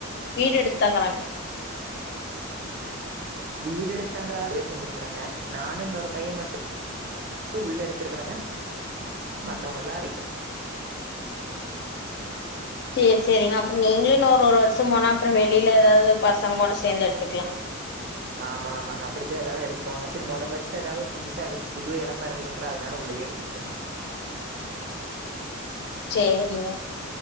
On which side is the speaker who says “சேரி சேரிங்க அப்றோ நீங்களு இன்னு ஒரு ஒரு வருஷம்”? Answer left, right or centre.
Left